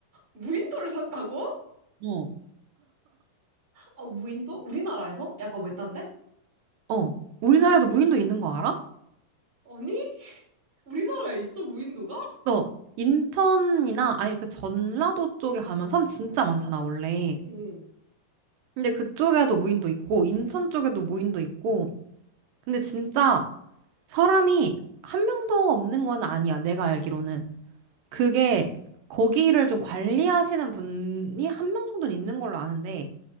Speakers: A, on the right; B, on the right.
A: 무인도를 산다고?
B: 어.
A: 아, 무인도? 우리나라에서? 약간 외딴데?
B: 어. 우리나라에도 무인도 있는 거 알아?
A: 아니? 우리나라에 있어, 무인도가?
B: 있어. 인천이나 아니 그 전라도 쪽에 가면 섬 진짜 많잖아, 원래.
A: 응.
B: 근데 그쪽에도 무인도 있고 인천 쪽에도 무인도 있고. 근데 진짜 사람이 한 명도 없는 건 아니야, 내가 알기로는. 그게 거기를 좀 관리하시는 분이 한 명 정도는 있는 걸로 아는데